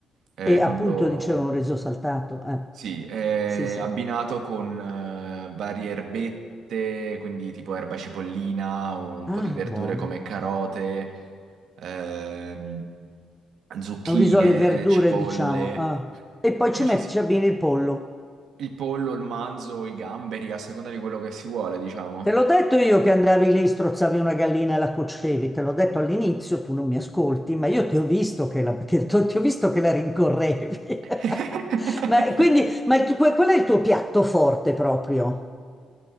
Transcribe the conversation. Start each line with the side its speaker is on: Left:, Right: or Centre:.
Right: Eh,
Centre: E
Right: non
Centre: appunto
Right: lo...
Centre: dicevo un riso saltato. Eh,
Right: Sì, è
Centre: sì, sì.
Right: abbinato con eh, varie erbette, quindi tipo erba cipollina, un
Centre: Ah,
Right: po' di verdure
Centre: buona.
Right: come carote, ehm, zucchine,
Centre: È Un riso alle verdure,
Right: cipolle.
Centre: diciamo. Ah. E poi
Right: E poi
Centre: ci metti,
Right: ci si...
Centre: ci abbini il pollo.
Right: il pollo, il manzo, i gamberi, a seconda di quello che si vuole, diciamo.
Centre: Te l'ho detto io che andavi lì, strozzavi una gallina e la cuocevi. Te l'ho detto all'inizio, tu non mi ascolti, ma io ti ho visto che la, che- ti ho visto che la rincorrevi.
Right: <laughs>
Centre: <laughs> Ma quindi, ma il tu- que- quello è il tuo piatto forte proprio.